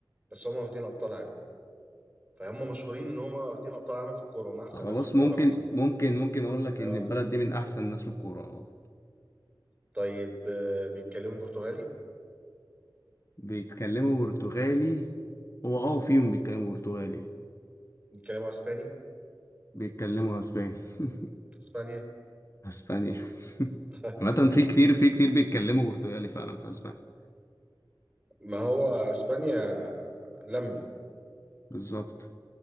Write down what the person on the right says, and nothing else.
بس هم واخدين ابطال عالم فهم مشهورين ان هم واخدين ابطال عالم في الكورة هم احسن
ناس في الكورة
مثلا
فاهم
قصدي؟
طيب آه، بيتكلموا برتغالي
بيتكلموا اسباني
اسبانيا
<laughs> طيب
تمام
ما هو اسبانيا لما